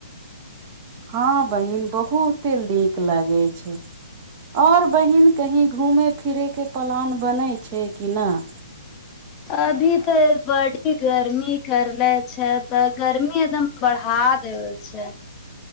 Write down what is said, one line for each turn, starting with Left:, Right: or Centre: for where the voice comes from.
Right: हँ बहिन बहुते नीक लागे छै और बहिन कही घूमे फिरे के पलान बनै छै कि नहि
Left: अभी तऽ बड़ी गर्मी करले छै तऽ गर्मी एकदम बढ़ा दे छै